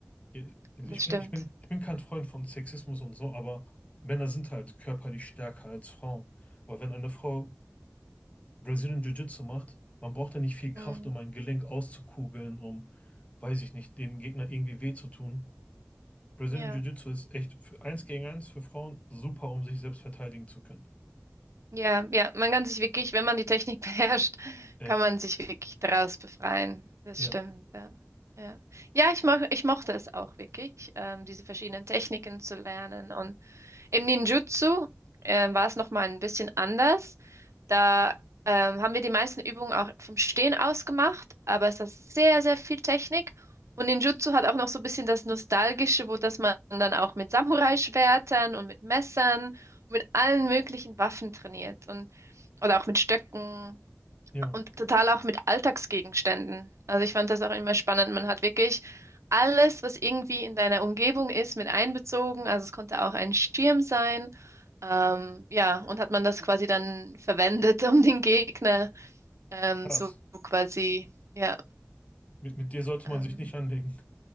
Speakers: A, on the left; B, on the right.
A: Äh, Ich
B: das
A: bin,
B: stimmt.
A: ich bin, ich bin kein Freund von Sexismus und so, aber Männer sind halt körperlich stärker als Frauen. Aber wenn eine Frau Brazilian Jiu-Jitsu macht, man braucht ja nicht viel Kraft,
B: Mm,
A: um ein Gelenk auszukugeln, um, weiß ich nicht, dem Gegner irgendwie weh zu tun. Brazilian
B: Ja,
A: Jiu-Jitsu ist echt für eins gegen eins für Frauen super, um sich selbst verteidigen zu können.
B: ja, ja. Man kann sich wirklich, wenn man die Technik <laughs> beherrscht,
A: Echt.
B: kann man sich wirklich daraus befreien. Das
A: Ja,
B: stimmt, ja. Ja, ja, ich mo ich mochte es auch wirklich, ähm, diese verschiedenen Techniken zu lernen. Im Ninjutsu äh, war es nochmal ein bisschen anders. Da ähm, haben wir die meisten Übungen auch vom Stehen aus gemacht, aber es ist sehr, sehr viel Technik. Und Ninjutsu hat auch noch so ein bisschen das Nostalgische, wo dass man dann auch mit Samurai-Schwertern und mit Messern und mit allen möglichen Waffen trainiert und oder auch mit Stöcken.
A: ja,
B: Und total auch mit Alltagsgegenständen. Also ich fand das auch immer spannend. Man hat wirklich alles, was irgendwie in deiner Umgebung ist, mit einbezogen. Also es konnte auch ein Schirm sein. Ähm, ja, und hat man das quasi dann verwendet, <laughs> um den Gegner ähm,
A: krass.
B: so quasi, ja.
A: Mit, mit dir sollte
B: Ähm,
A: man sich nicht anlegen.